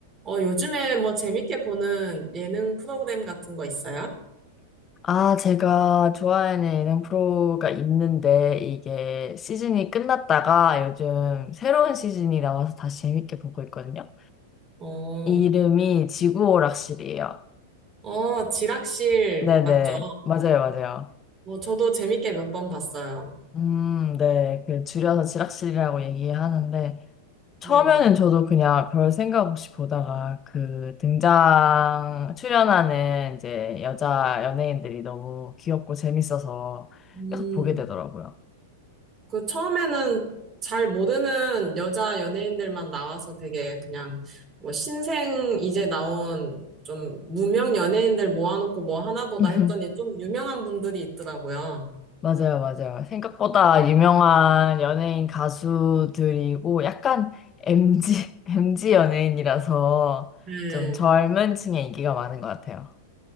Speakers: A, on the right (about 30°); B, on the left (about 30°).
A: 어, 요즘에 뭐 재밌게 보는 예능 프로그램 같은 거 있어요?
B: 아, 제가 좋아하는 예능 프로가 있는데, 이게 시즌이 끝났다가 요즘 새로운 시즌이 나와서 다시 재밌게 보고 있거든요.
A: 어,
B: 이름이 지구오락실이에요.
A: 어, 지락실
B: 네네.
A: 맞죠?
B: 맞아요, 맞아요.
A: 어, 저도 재밌게 몇 번 봤어요.
B: 음, 네. 그 줄여서 지락실이라고 얘기하는데, 처음에는
A: 네네.
B: 저도 그냥 별 생각 없이 보다가 그 등장, 출연하는 이제 여자 연예인들이 너무 귀엽고 재밌어서
A: 음,
B: 계속 보게 되더라고요.
A: 그 처음에는 잘 모르는 여자 연예인들만 나와서 되게 그냥 뭐 신생 이제 나온 좀 무명 연예인들 모아놓고 뭐 하나 보다
B: <laughs>
A: 했더니 좀 유명한 분들이 있더라고요.
B: 맞아요, 맞아요. 생각보다 유명한 연예인 가수들이고 약간 MG, MG <laughs> 연예인이라서
A: 네.
B: 좀 젊은 층에 인기가 많은 것 같아요.